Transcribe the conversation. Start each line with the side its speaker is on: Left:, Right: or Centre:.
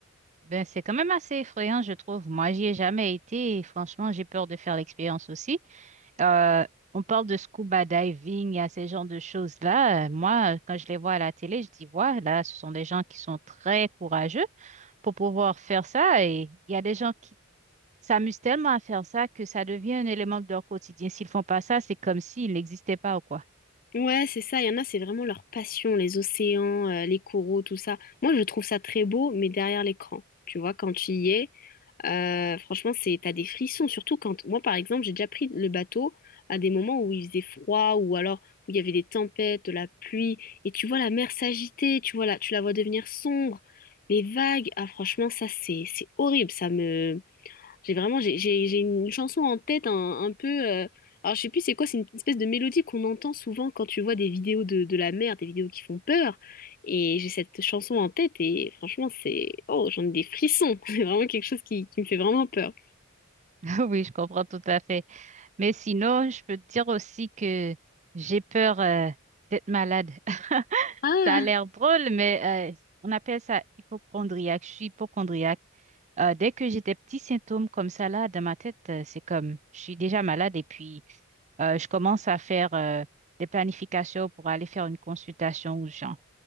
Right: Ben, c'est quand même assez effrayant, je trouve. Moi, j'y ai jamais été et franchement, j'ai peur de faire l'expérience aussi. Euh, on parle de scuba diving, il y a ces genres de choses-là. Euh, Moi, euh, quand je les vois à la télé, je dis, ouais, là, ce sont des gens qui sont très courageux pour pouvoir faire ça. Et il y a des gens qui s'amusent tellement à faire ça que ça devient un élément de leur quotidien. S'ils font pas ça, c'est comme s'ils n'existaient pas ou quoi.
Left: Ouais, c'est ça. Il y en a, c'est vraiment leur passion, les océans, euh, les coraux, tout ça. Moi, je trouve ça très beau, mais derrière l'écran, tu vois, quand tu y es, euh, franchement, c'est, t'as des frissons. Surtout quand, moi, par exemple, j'ai déjà pris le bateau à des moments où il faisait froid ou alors où il y avait des tempêtes, de la pluie, et tu vois la mer s'agiter, tu vois là, tu la vois devenir sombre, les vagues. Ah, franchement, ça, c'est, c'est horrible. Ça me j'ai vraiment j'ai j'ai- j'ai une chanson en tête un, un peu euh, alors je sais plus c'est quoi c'est une espèce de mélodie qu'on entend souvent quand tu vois des vidéos de, de la mer des vidéos qui font peur et j'ai cette chanson en tête et franchement c'est oh j'en ai des frissons <laughs> c'est vraiment quelque chose qui, qui me fait vraiment peur
Right: <laughs> Oui, je comprends tout à fait. Mais sinon, je peux te dire aussi que j'ai peur euh, d'être malade. <laughs>
Left: ah
Right: Ça a l'air drôle, mais euh, on appelle ça hypochondriaque. Je suis hypochondriaque. Euh, dès que j'ai des petits symptômes comme ça là dans ma tête, euh, c'est comme je suis déjà malade et puis Euh, je commence à faire euh, des planifications pour aller faire une consultation aux gens.